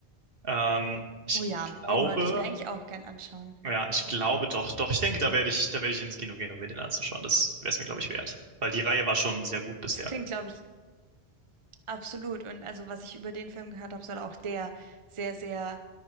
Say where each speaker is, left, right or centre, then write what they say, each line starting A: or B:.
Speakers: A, on the right; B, on the right.
A: Ähm, ich
B: Oh ja,
A: glaube,
B: den wollte ich mir eigentlich auch gern anschauen.
A: ja, ich glaube doch, doch. Ich denke, da werde ich, da werde ich ins Kino gehen, um mir den anzuschauen. Das wäre es mir, glaube ich, wert. Weil die Reihe war schon sehr gut bisher.
B: Es klingt, glaube ich, absolut. Und also, was ich über den Film gehört habe, soll auch der sehr, sehr